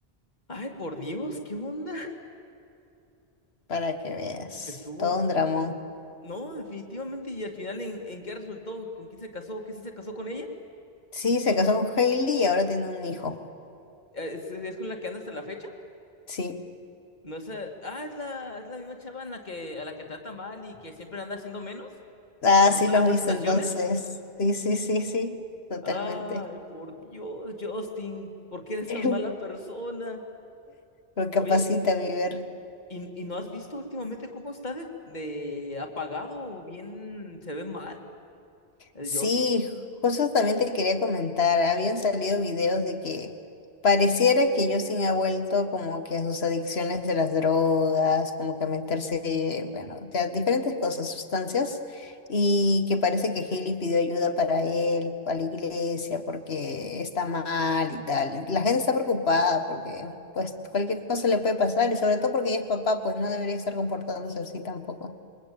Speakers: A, on the left (about 45°); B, on the left (about 80°).
A: ay, por Dios, ¿qué onda? <laughs>
B: para que veas.
A: Estuvo.
B: Todo un dramón.
A: No, definitivamente. ¿Y al final en, en qué resultó? ¿Con quién se casó? ¿Qué sí se casó con ella?
B: Sí, se casó con Hailey y ahora tiene un hijo.
A: Eh, ¿Es, es con la que anda hasta la fecha?
B: Sí.
A: No es, eh, ah, es la, es la misma chava en la que, a la que trata mal y que siempre anda haciendo menos
B: Ah,
A: cuando
B: sí
A: van
B: lo
A: a
B: has
A: presentaciones.
B: visto entonces. Sí, sí, sí, sí. Totalmente.
A: Ay, por Dios, Justin, ¿por qué eres
B: <laughs>
A: tan mala persona?
B: Recapacita,
A: Oye, ¿qué te iba
B: Bieber.
A: a decir? ¿Y, y no has visto últimamente cómo está de, de apagado o bien se ve mal el
B: Sí,
A: Justin?
B: justo también te quería comentar, habían salido videos de que pareciera que Justin ha vuelto como que a sus adicciones de las drogas, como que a meterse, bueno, de a diferentes cosas, sustancias, y que parece que Hailey pidió ayuda para él, para la iglesia, porque está mal y tal. La gente está preocupada porque pues cualquier cosa le puede pasar, y sobre todo porque ella es papá, pues no debería estar comportándose así tampoco.